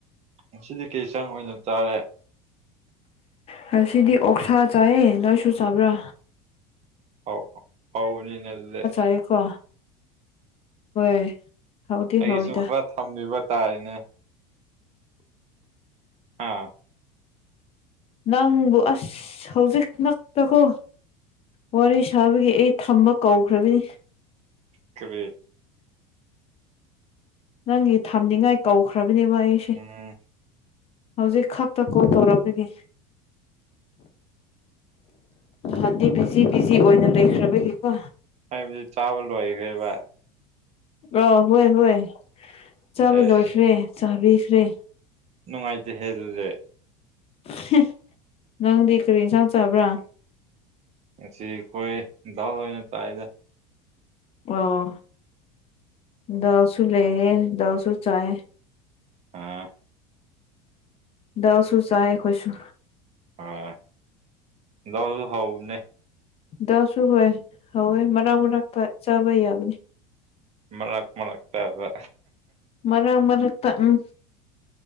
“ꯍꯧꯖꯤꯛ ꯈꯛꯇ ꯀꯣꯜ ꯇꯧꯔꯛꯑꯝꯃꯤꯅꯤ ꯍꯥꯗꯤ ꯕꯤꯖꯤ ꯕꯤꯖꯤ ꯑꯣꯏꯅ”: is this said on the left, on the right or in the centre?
Left